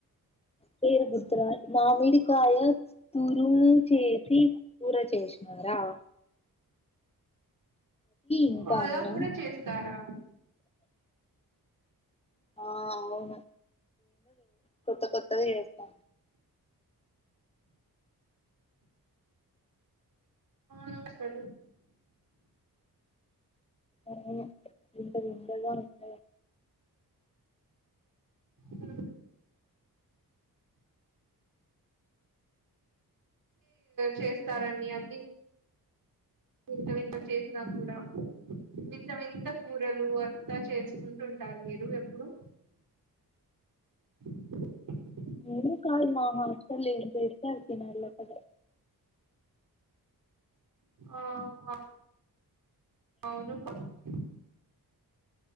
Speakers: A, on the left; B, on the right.
A: పేరు గుర్తురావట్లే మమిడికాయ తురు చేసి కూర చేసినారా అ ఇంకా
B: అలా
A: అన్నం
B: కూడా చేస్తారా
A: ఆ అవును కొత్త కొత్తగా చేస్తా
B: నమస్తే
A: అవుంత వింత వింతగా ఉంటాయి
B: హ చేస్తారని అన్ని ఇంత వింత చేసినా కూడా వింత వింత కూరలు అంతా చేసుకుంటుంటారు మీరు ఎప్పుడు ఉ
A: నువ్వు కాదు మా హస్టల్ ఏది పెడితే అది తినాలా లేకపోతే
B: ఆ హు అవును పంపించరు